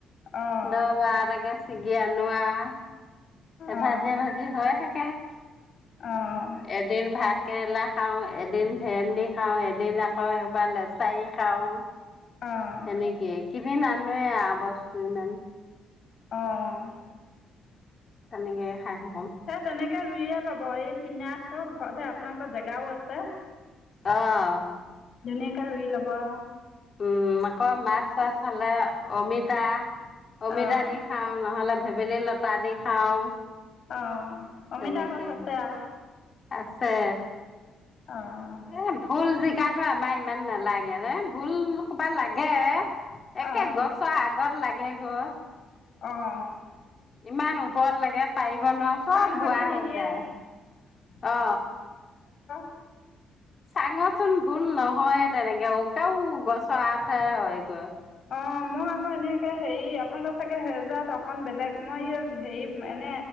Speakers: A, on the left (about 60°); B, on the left (about 45°).
A: অঁ
B: দহ-বাৰ তাকে। চিজি আনো আৰু।
A: অঁ
B: ভাজে ভাজে হৈয়ে থাকে। কে
A: অঁ
B: এদিন ভাত। কেৰেলা খাওঁ এদিন। ভেন্দি খাওঁ এদিন আকৌ একবাৰ লেচাৰি খাওঁ।
A: অঁ
B: তেনেকে। কিনি নানোৱে বস্তু ইমান।
A: অঁ'
B: তেনেকে, খাই থাকো
A: সে তেনেকে ৰুইয়ে লব। ব এই কিনাতকৈ ঘৰতে আপোনালোকৰ জেগাও আছে।
B: অহ।
A: ধুনীয়াকে ৰুই লবা।
B: উম আকৌ মাছ চাছ হালে অমিত। তা। অমিদা
A: অঁ
B: দি খাওঁ নহ'লে। ভেবেলী লত দি খাওঁ।
A: অহঁ। অমিতা
B: তেনেকে
A: গছ আছে আও
B: আছে।
A: অঁ
B: এ ভুল যে। জিকা আমাৰ ইমান নালাগে ভুল কোবা লাগে। একে
A: অঁ
B: গছৰ আগত লাগে। হে ঘৰ।
A: অহ।
B: ইমান নো। পৰত লাগে পাৰিব নোৱাৰো চব
A: চাং পাতি
B: বোৱা
A: নিদিয়ে
B: হৈ যায় অ।
A: অঁ। <unintelligible>
B: চাঙচোন ভুল নহয়ে তেনেকে অকাও গছৰ আঠে হয় গৈ।
A: অঁ মই আকৌ এনেকৈ হেৰি আপোনালোকৰ চাগে সেজাত অকণ বেলেগ মই এই হেৰি এনে